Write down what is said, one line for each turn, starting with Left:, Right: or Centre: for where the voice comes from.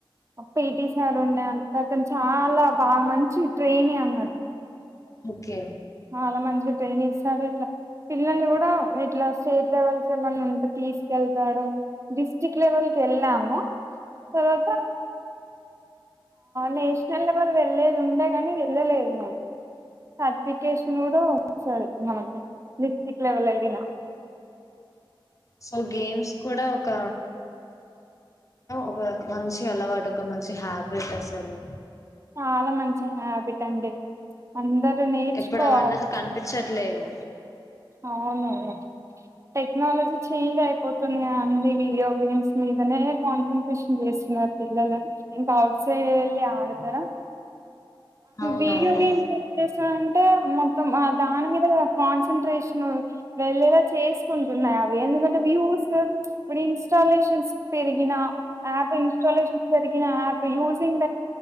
Right: పిటి సార్ ఉండే అంత అతను చాలా బాగా మంచి ట్రైన్ అన్నాట్టు
Left: ఓకే
Right: చాలా మంచి ట్రైన్ ఇస్తాడు ఇట్లా పిల్లల్ని కూడా ఇట్లా స్టేట్ లెవెల్స్ ఏమన్నాంట తీసుకెళ్తాడు డిస్ట్రిక్ట్ లెవెల్ క వెళ్ళాము తర్వాత నేషనల్ లెవెల్ వెళ్ళలేది ఉండే కానీ వెళ్ళలేదు మేము సర్టిఫికేషన్ కూడా సరే మనకు డిస్ట్రిక్ట్ లెవెల్ వెళ్లిన
Left: సో గేమ్స్ కూడా ఒక ఒక మంచి అలవాటు ఒక మంచి హ్యాబిట్ అసలు
Right: చాలా మంచి హ్యాబిట్ అండి అందరు నేర్చుకోవాలి
Left: ఇప్పుడు అవన్నీ అసలు కనిపించట్లేవు
Right: అవునును టెక్నాలజీ చేంజ్ అయిపోతున్నా అన్ని వీడియో గేమ్స్ మీదనే కాన్సెంట్రేట్ షన్ చేస్తున్నారు పిల్లలు ఇంకా అఔట్ సైడ్ వెళ్ళి ఆడతారా
Left: అవునవును
Right: వీడియో గేమ్స్ ఏం చేస్తాడంటే మొత్తం దాని మీద కాన్సన్ట్రేషన్ వెళ్ళేలా చేసుకుంటున్నాయి అవి ఎందుకంటే వ్యూస్ ఇప్పుడు ఇన్స్టాలేషన్స్ పెరిగిన యాప్ ఇన్స్టాలేషన్ పెరిగిన యాప్ యూజింగ్